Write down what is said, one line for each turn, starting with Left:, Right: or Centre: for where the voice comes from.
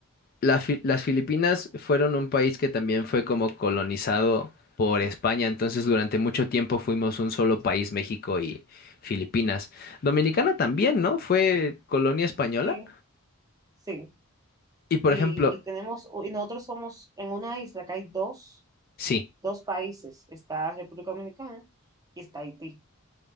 Left: la Fi- las Filipinas fueron un país que también fue como colonizado por España, entonces durante mucho tiempo fuimos un solo país, México y Filipinas. Dominicana también, ¿no? Fue colonia española.
Right: sí. sí.
Left: Y por
Right: Y,
Left: ejemplo,
Right: y tenemos, y nosotros somos en una isla que hay dos,
Left: sí,
Right: dos países, está República Dominicana y está Haití.